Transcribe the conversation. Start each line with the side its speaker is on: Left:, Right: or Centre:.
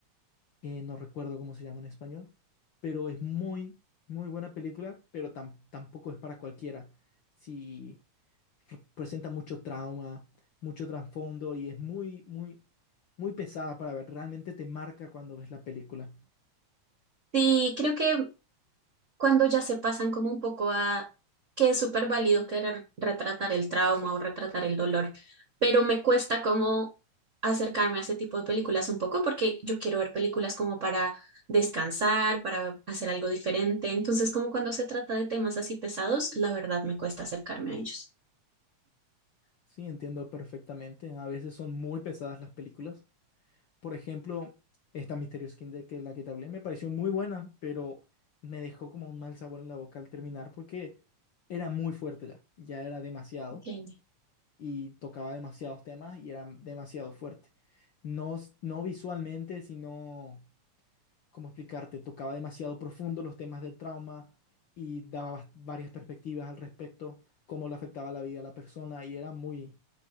Left: eh, no recuerdo cómo se llama en español, pero es muy, muy buena película, pero tam- tampoco es para cualquiera. Si presenta mucho trauma, mucho trasfondo y es muy, muy, muy pesada para ver. Realmente te marca cuando ves la película.
Right: Sí, creo que cuando ya se pasan como un poco a que es súper válido querer retratar el trauma o retratar el dolor, pero me cuesta como acercarme a ese tipo de películas un poco porque yo quiero ver películas como para descansar, para hacer algo diferente. Entonces, como cuando se trata de temas así pesados, la verdad me cuesta acercarme a ellos.
Left: Sí, entiendo perfectamente. A veces son muy pesadas las películas. Por ejemplo, esta Mysterious Kinder, que es la que te hablé, me pareció muy buena, pero me dejó como un mal sabor en la boca al terminar porque era muy fuerte ya. Ya era demasiado.
Right: Ok.
Left: y tocaba demasiados temas y era demasiado fuerte. No, s- no visualmente, sino, ¿cómo explicarte? Tocaba demasiado profundo los temas del trauma y daba bas- varias perspectivas al respecto, cómo le afectaba la vida a la persona y era muy,